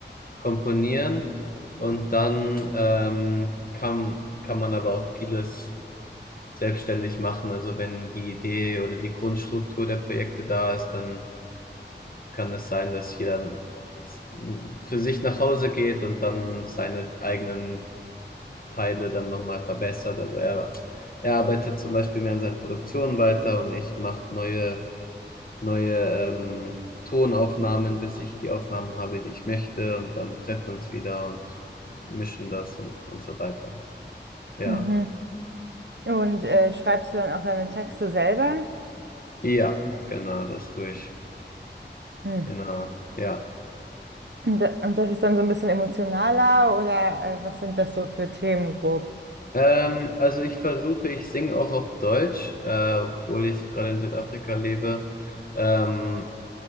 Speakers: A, on the left; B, on the right.
A: komponieren und dann ähm, kann, kann man aber auch vieles selbstständig machen. Also wenn die Idee oder die Grundstruktur der Projekte da ist, dann kann es sein, dass jeder s- für sich nach Hause geht und dann seine eigenen Teile dann nochmal verbessert. Also er, er arbeitet zum Beispiel mehr an seinen Produktionen weiter und ich mache neue, neue ähm, Tonaufnahmen, bis ich die Aufnahmen habe, die ich möchte. Und dann treffen wir uns wieder und mischen das und, und so weiter. Ja.
B: Mhm. Und äh, schreibst du dann auch deine Texte selber?
A: Ja, genau, das tue ich.
B: Mhm.
A: Genau. Ja.
B: Und, da, und das ist dann so ein bisschen emotionaler oder äh, was sind das so für Themen grob?
A: Ähm, also ich versuche, ich singe auch auf Deutsch, äh, obwohl ich gerade in Südafrika lebe. Ähm,